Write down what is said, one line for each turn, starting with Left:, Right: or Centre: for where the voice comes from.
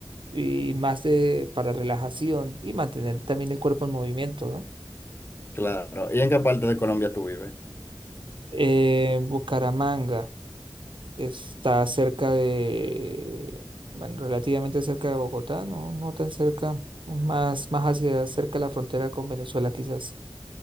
Right: y más de para relajación y mantener también el cuerpo en movimiento, ¿no?
Left: claro. ¿Y en qué parte de Colombia tú vives?
Right: Eh, Bucaramanga está cerca de, bueno, relativamente cerca de Bogotá, no, no tan cerca, más, más hacia cerca de la frontera con Venezuela quizás.